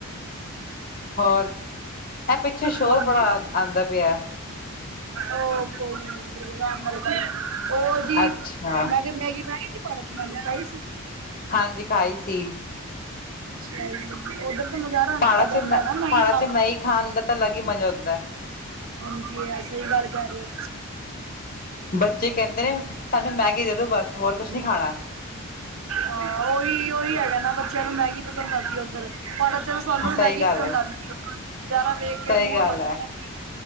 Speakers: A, on the left (about 40°); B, on the right (about 70°).
A: ਹੋਰ ਇਹ ਪਿੱਛੇ ਸ਼ੋਰ
B: ਹੋਰ
A: ਬੜਾ ਆਂਦਾ ਪਿਆ।
B: ਉਹ ਕੋਈ ਉਹ ਜੀ
A: ਅੱਛਾ
B: ਮੈਂ ਕਿਹਾ ਮੈਂਗੀ ਮੈਂ ਜੀ, ਭੜਾ ਚ ਮਣੀ ਚਹੀ ਸੀ <unintelligible>
A: ਹਾਂਜੀ ਖਾਈ ਸੀ।
B: ਅ ਉਧਰ ਤਾਂ ਨਜ਼ਾਰਾ
A: ਪਹਾੜਾਂ
B: ਆ
A: ਚ
B: ਜਾਂਦਾ
A: ਮੈਂ
B: ਨਾ ਲਾਈਟ
A: ਪਹਾੜਾਂ ਚ
B: ਦਾ,
A: ਮੈਗੀ ਖਾਣ ਦਾ ਤਾਂ ਅਲੱਗ ਹੀ ਮਜ਼ਾ ਹੁੰਦਾ ਐ।
B: ਹਾਂਜੀ, ਐ ਸਈ ਗਾੱਲ ਕੈ ਰੇ ਓ।
A: ਬੱਚੇ ਕੈਂਦੇ ਨੇ ਸਾਨੂੰ ਮੈਗੀ ਦੇ ਦੋ ਬਾੱਸ, ਹੋਰ ਕੁਛ ਨੀ ਖਾਨਾ।
B: ਹਾਂ, ਓਈ- ਓਈ ਹੈਗਾ ਨਾ ਬੱਚਿਆਂ ਨੂੰ ਮੈਗੀ ਪਸੰਦ ਆਂਦੀ ਏ ਓਧਰ। ਪਾੱਰ ਚਲੋ ਸਾਨੂੰ
A: ਸਹੀ
B: ਮੈਗੀ
A: ਗੱਲ
B: ਪਸੰਦ
A: ਹੈ
B: ਆਂਦੀ ਏ ਜਾਦਾ ਵੇਖ ਕੇ
A: ਸਹੀ
B: ਮੂੜ
A: ਗੱਲ
B: ਬਾਨ
A: ਹੈ,
B: ਜਾਂਦਾ ਐ।